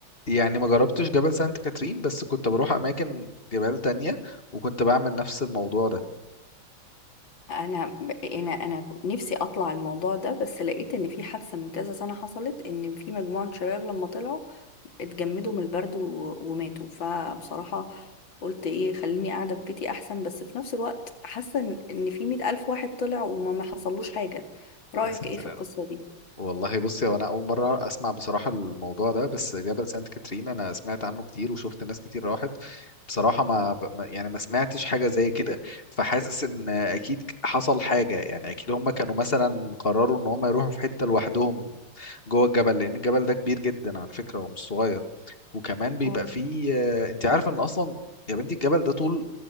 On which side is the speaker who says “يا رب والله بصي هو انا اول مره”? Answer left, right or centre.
Left